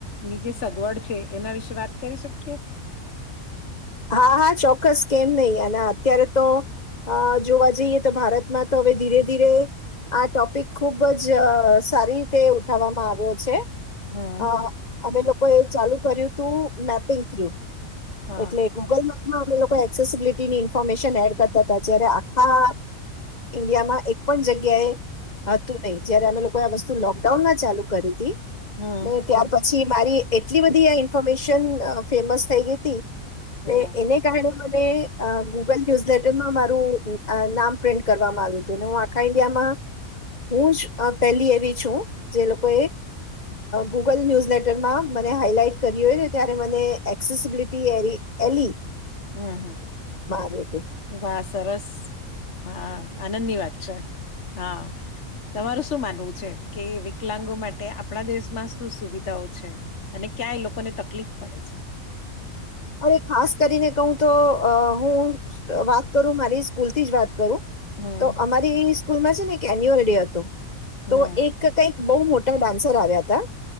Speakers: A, on the left (about 55°); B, on the left (about 30°).
A: ની જેે સગવડ છે એના વિશે વાત કરી શકીએ
B: હા હા ચોક્કસ કેમ નહીિ અનેના અત્યારે તો અ જોવા જઈએ તો ભારતમાં તો હવે ધીરે ધીરે આ ટોપિક ખુબ જ સારી રીતે ઉઠાવવામાં આવ્યો છે
A: હમ
B: અ અમે લોકો એ ચાલુ કર્યું તું નાપ તર્યું
A: હમ
B: એટલે ગુગલ મેપમાં અમે લોકો એક્સેસિબિલિટીની ઇન્ફોર્મેશન એડ કરતા હતા જયારે આખા ઇન્ડિયા માં એક પણ જગ્યાએ હતું નહી જયારે અમે લોકો આ વસ્તુ લોકડાઉન માં ચાલુ કરી હતી
A: હમ
B: ને ત્યાર પછી મારી એટલી બધી આ ઇન્ફોર્મેશન ફેમસ થઈ ગઈ હતી
A: હમ
B: તે એને કહણે ને ગૂગલ ન્યુઝ લેટરમાં મારું નામ પ્રિન્ટ કરવામાં આવ્યું હતું હું આખા ઇન્ડિયા હું પહેલી એવી છું જે લોકોએ ગૂગલ ન્યૂઝ લેટરમાં મને હાાઈલાઈટ કરી હોયને ત્યારે મને એક્સેસબિલિટી એ એલી
A: હમ હમ
B: આવ્યું હતું
A: બ સરસ હા આનંદની વાત છે હા તમારું શું માનવું છે કે વિકલાંગો માટે આપણા દેશમાં શું સુવિધાઓ છે અને ક્યાંય લોકોને તકલીફ પડે છે
B: અરે ખાસ કરીને કહું તો હું વાત કરું મારી સ્કૂલ થી જ વાત કરું
A: હમ
B: તો અમારી સ્કૂલમાં છે ને એક એન્યુઅલ ડે હતું
A: હમ
B: તો એક કઈક બહ મોટું ડન્સર આવ્યા હતા